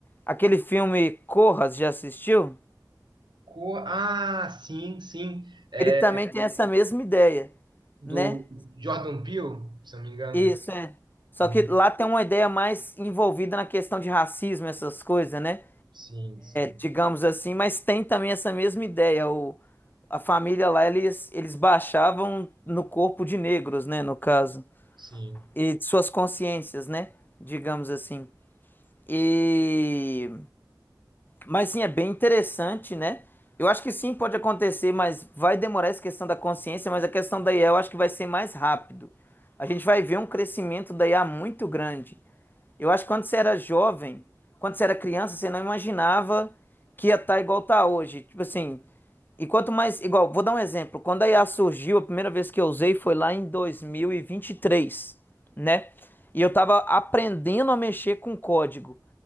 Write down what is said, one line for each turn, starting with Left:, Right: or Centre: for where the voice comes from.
Left: aquele filme Corra, já assistiu?
Right: Co- Ah, sim, sim. É
Left: Ele também tem essa mesma ideia,
Right: do
Left: né?
Right: Jordan Peele, se eu não me engano.
Left: Isso, é. Só
Right: Muito.
Left: que lá tem uma ideia mais envolvida na questão de racismo, essas coisas, né?
Right: Sim, sim,
Left: digamos assim, mas tem também essa mesma ideia. O, a família lá, eles, eles baixavam no corpo de negros, né, no caso,
Right: sim,
Left: e de suas consciências, né, digamos assim. E mas sim, é bem interessante, né? Eu acho que sim, pode acontecer, mas vai demorar essa questão da consciência, mas a questão da IA eu acho que vai ser mais rápido. A gente vai ver um crescimento da I a muito grande. Eu acho que quando você era jovem, quando você era criança, você não imaginava que ia estar igual tá hoje. Tipo assim, e quanto mais. Igual, vou dar um exemplo. Quando a IA surgiu, a primeira vez que eu usei foi lá em 2023, né? E eu tava aprendendo a mexer com código.